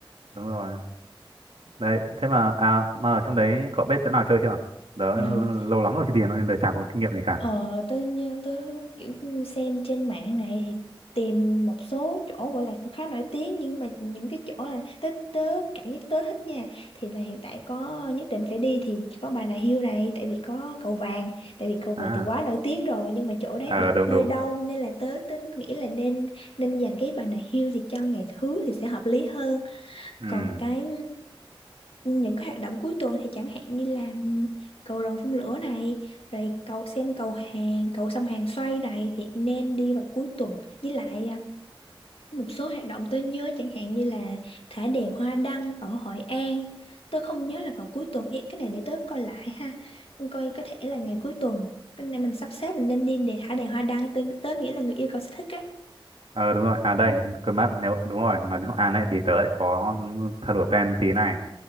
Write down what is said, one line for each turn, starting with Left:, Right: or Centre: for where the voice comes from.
Right: đúng rồi đấy thế mà à mà ở trong đấy cậu biết chỗ nào chơi chưa đó
Left: ừ.
Right: lâu lắm rồi chứ tiền nên đời chả có kinh nghiệm gì cả
Left: Ờ, tôi như tôi kiểu như xem trên mạng này thì tìm một số chỗ gọi là cũng khá nổi tiếng nhưng mà những cái chỗ là tớ tớ cảm giác tớ thích nha thì là hiện tại có nhất định phải đi thì có Bà Nà Hills này tại vì có cầu vàng tại vì cầu vàng
Right: à
Left: thì quá nổi tiếng rồi nhưng mà chỗ đấy
Right: ờ
Left: thì lại
Right: đúng
Left: hơi
Right: đúng
Left: đông nên là tớ tớ nghĩ là nên nên dành cái Bà Nà Hills thì cho ngày thứ thì sẽ hợp lý hơn
Right: ừ
Left: còn cái những cái hoạt động cuối tuần thì chẳng hạn như là cầu rồng phun lửa này rồi cầu xem cầu hàng cầu sông Hàn xoay này thì nên đi vào cuối tuần với lại à, một số hoạt động tôi nhớ chẳng hạn như là thả đèn hoa đăng ở Hội An tôi không nhớ là vào cuối tuần Ý, cái này để tớ coi lại ha coi có thể là ngày cuối tuần cái này mình sắp xếp mình nên đi để thả đèn hoa đăng tớ, tớ nghĩ là người yêu cầu sẽ thích ấy
Right: ờ đúng rồi à đây
Left: Ừ.
Right: quên mất nếu đúng rồi mà đến Hội An ấy thì tớ lại có thay đổi plan tí này